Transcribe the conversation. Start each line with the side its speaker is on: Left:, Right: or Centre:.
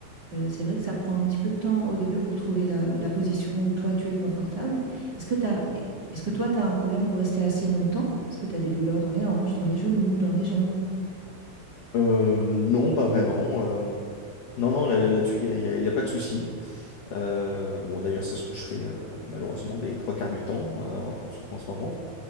Right: Euh, c'est vrai que ça prend un petit peu de temps au début pour trouver la, la position où toi, tu es confortable. Est-ce que t'as, est-ce que toi, tu as un problème pour rester assis longtemps? Est-ce que tu as des douleurs dans les hanches, dans les genoux, dans les jambes?
Left: Euh, non, pas vraiment. euh, non, non, là, là-dessus, il n'y a, y a- y a pas de souci. Euh, bon, d'ailleurs, c'est ce que je fais euh, malheureusement les trois quarts du temps, euh, surtout en ce moment.